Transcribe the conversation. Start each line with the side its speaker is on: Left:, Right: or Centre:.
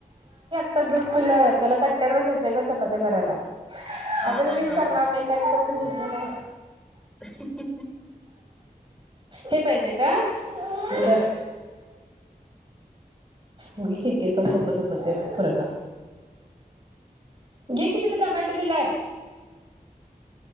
Right: आता दूध पिलंय त्याला कट्ट् वर बसायचंय ग चपत्या करायला
Centre: हा
Right: अजून
Centre: हा
Right: मीच
Centre: हा
Right: करणार नाही कणिक च भिजलेला आहे
Centre: ही ही ही
Right: हे पाहिजे का धर होग उगाच किरकिर करू डोकं दुखतंय बरं का घे की तिथं टोमॅटो दिलाय